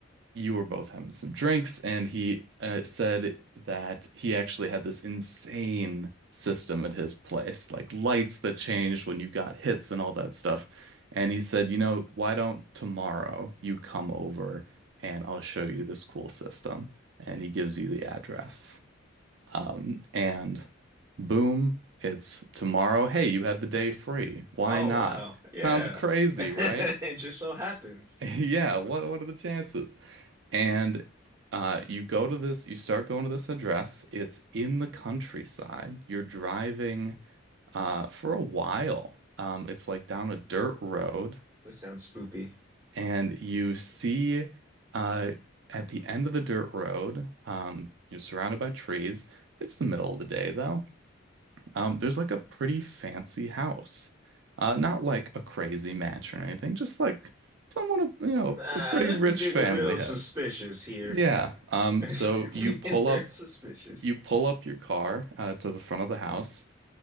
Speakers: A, on the right; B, on the right.
A: you were both having some drinks, and he uh, said that he actually had this insane system at his place, like lights that changed when you got hits and all that stuff. And he said, you know, why don't tomorrow you come over and I'll show you this cool system? And he gives you the address. Um, and boom, it's tomorrow. Hey, you had the day free. Why
B: Oh,
A: not?
B: wow. Yeah.
A: Sounds crazy,
B: <laughs> It
A: right? <laughs>
B: just so happens.
A: Yeah, what what are the chances? And uh, you go to this, you start going to this address. It's in the countryside. You're driving uh, for a while. Um, it's like down a dirt road,
B: This sounds spoopy.
A: and you see uh, at the end of the dirt road, um, you're surrounded by trees. It's the middle of the day, though. Um, there's like a pretty fancy house. Uh, not like a crazy mansion or anything, just like someone, you know,
B: Nah,
A: a pretty
B: this
A: rich
B: is getting
A: family
B: real
A: has.
B: suspicious here.
A: Yeah.
B: <laughs>
A: Um,
B: It's
A: so you
B: getting
A: pull
B: real
A: up
B: suspicious.
A: you pull up your car uh, to the front of the house.